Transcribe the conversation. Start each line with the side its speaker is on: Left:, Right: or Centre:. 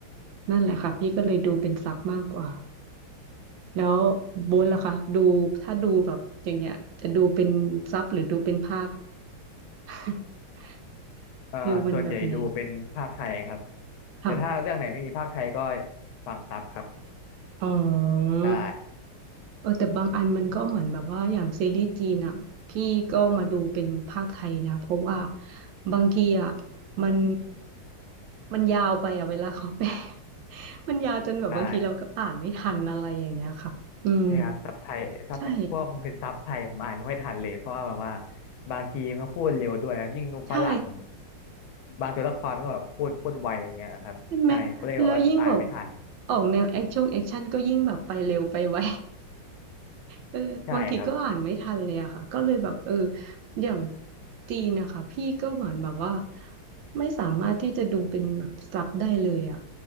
Right: นั่นแหละค่ะพี่ก็เลยดูเป็นซับมากกว่าแล้วโบนล่ะคะดูถ้าดูแบบอย่างเงี้ยจะดูเป็นซับหรือดูเป็นภาพ <laughs>
Left: เอ่อส่วนใหญ่ดูเป็นภาคไทยครับ
Right: ฟิลมันแบบไหนค่ะ
Left: แต่ถ้าเรื่องไหนไม่มีภาคไทยก็ฟังซับครับ
Right: อ๋อ
Left: ได้
Right: เออแต่บางอันมันก็เหมือนแบบว่าอย่างซีรีส์จีนอ่ะพี่ก็มาดูเป็นภาคไทยนะเพราะว่าบางทีอ่ะมันมันยาวไปอ่ะเวลาเขาแปล <laughs> มันยาวจนแบบบางทีเราก็อ่านไม่ทันอะไรอย่างเงี้ยค่ะอืม
Left: ได้ นี่ครับซับไทยซับพวกมันเป็นซับไทยผมอ่านไม่ค่อยทันเลยเพราะว่าแบบว่า
Right: ใช่
Left: บางทีมันก็พูดเร็วด้วยครับยิ่งฝรั่ง
Right: ใช่
Left: บางตัวละครมันก็แบบพูดพูดไวอะไรเงี้ยครับใช่ก็เลยแบบว่าอ่านไม่ทัน
Right: ใช่ไหมแล้วยิ่งแบบออกแนวแอคชั่นแอคชั่นก็ยิ่งแบบไปเร็วไปไว เออบางทีก็อ่านไม่ทันเลยอะค่ะก็เลยแบบเออ
Left: ใช่ครับ
Right: อย่างจีนนะคะพี่ก็เหมือนแบบว่าไม่สามารถที่จะดูเป็นแบบซับได้เลยอะ